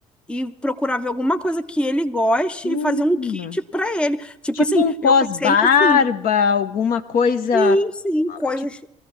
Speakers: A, in the centre; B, on the left.
A: e procurar ver alguma coisa que ele goste
B: Hum.
A: e fazer um kit para ele. Tipo
B: Tipo
A: assim,
B: um pós-barba,
A: eu pensei assim,
B: alguma coisa.
A: sim, sim, coisas.
B: Tipo,